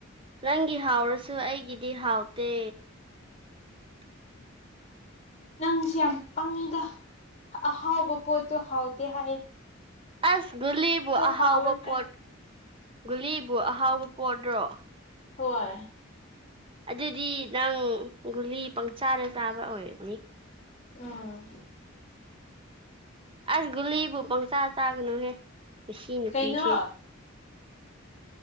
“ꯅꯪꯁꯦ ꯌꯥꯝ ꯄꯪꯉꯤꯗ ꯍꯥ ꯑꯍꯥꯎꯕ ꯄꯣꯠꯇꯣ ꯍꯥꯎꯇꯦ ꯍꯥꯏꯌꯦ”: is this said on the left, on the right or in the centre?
Left